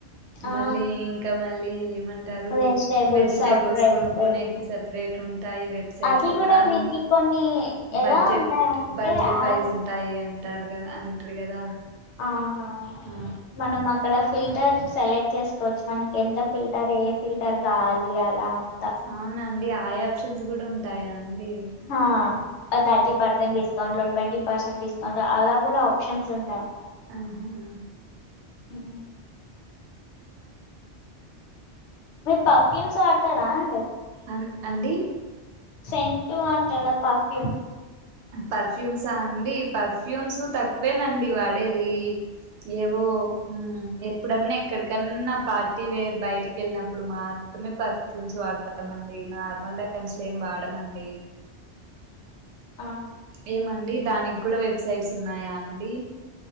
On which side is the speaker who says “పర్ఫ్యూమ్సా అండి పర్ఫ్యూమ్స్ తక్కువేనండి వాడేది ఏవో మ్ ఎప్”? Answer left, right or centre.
Right